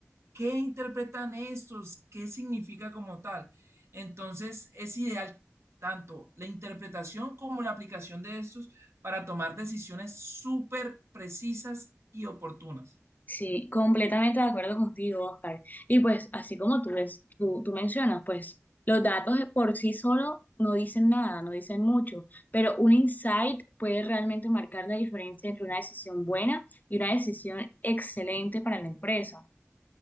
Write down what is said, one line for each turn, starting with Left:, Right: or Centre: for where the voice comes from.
Right: ¿Qué interpretan estos? ¿Qué significa como tal? Entonces, es ideal tanto la interpretación como la aplicación de estos para tomar decisiones súper precisas y oportunas.
Left: Sí, completamente de acuerdo contigo, Oscar. Y pues, así como tú, ves, tú, tú mencionas, pues los datos de por sí solo no dicen nada, no dicen mucho, pero un insight puede realmente marcar la diferencia entre una decisión buena y una decisión excelente para la empresa.